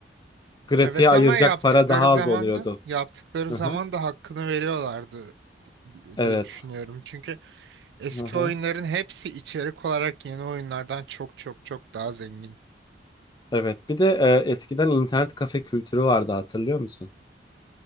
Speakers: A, on the left; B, on the right.
A: grafiğe
B: Evet
A: ayıracak
B: ama yaptıkları
A: para daha
B: zaman
A: az oluyordu.
B: da yaptıkları zaman
A: Hı-hı.
B: da hakkını veriyorlardı
A: Evet.
B: diye düşünüyorum. Çünkü eski
A: Hı-hı.
B: oyunların hepsi içerik olarak yeni oyunlardan çok çok çok daha zengin.
A: Evet. Bir de e, eskiden internet kafe kültürü vardı hatırlıyor musun?